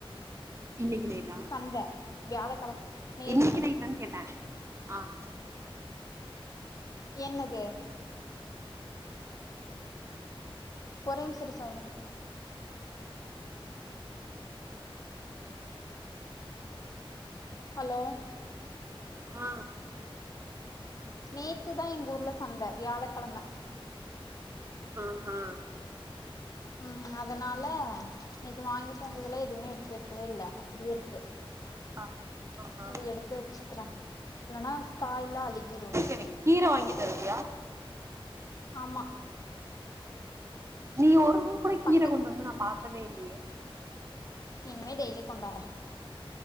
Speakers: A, on the right; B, on the left.
A: இன்னக்கி நைட்டா
B: ந்த வியாழக்கெழம நேத்து
A: இன்னக்கி நைட்டான் கேட்டே ஆ
B: என்னது ஒரே நிம்ஷோ இரு சௌமி ஹலோ
A: ஆ
B: நேத்துதா எங்ஊர்ல சந்த வியாழக்கெழம
A: ஆ ஹா
B: ம் அதனால நேத்து வாங்கிட்டு வந்ததுல்ல எதுமே எடுத்து வெக்கவே இல்ல அப்புடியே இருக்கு
A: ஆ ஆஹா
B: ஆ அத எடுத்து வெச்சுக்கிறே இல்லனா காய்லா அழுகிருல
A: எனக் கீர வாங்கி தருவியா
B: ஆமா
A: நீ ஒரு நாள் கூட
B: பக்கத்
A: கீர கொண்டு வந்து நா பாத்ததே இல்லயே
B: இனிமே டெய்லி கொண்டாறே